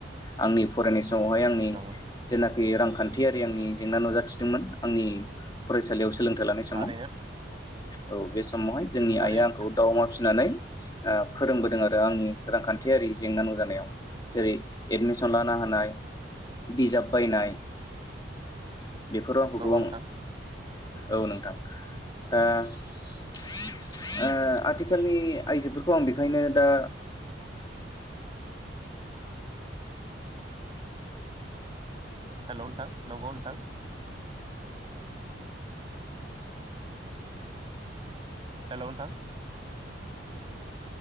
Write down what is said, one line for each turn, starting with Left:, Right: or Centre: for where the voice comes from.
Left: आंनि फरायनाय स समावहाय आंनि
Right: नंगौ
Left: जेला फैयो रांखान्थियारि आंनि जेंना नुजाथिदोंमोन आंनि फरायसालियाव सोलोंथाइ लानाय
Right: थारैनो
Left: समाव। औ। बे समावहाय जोंनि
Right: थारैनो
Left: आइआ आंखौ दाउ अमा फिनानै ओ फोरों दों आरो आंनि रांखान्थियारि जेंना नुजा नायाव। जेरै एडमिसन लानो हानाय बिजाब बायनाय बेफोराव आंखौ
Right: नंगौ
Left: गोबां
Right: नोंथां
Left: औ नोंथां दा ओ आथिखालनि आइजोफोरखौ आं बेखायनो दा
Right: हेल' नोंथां नंगौ नोंथां। हेल' नोंथां।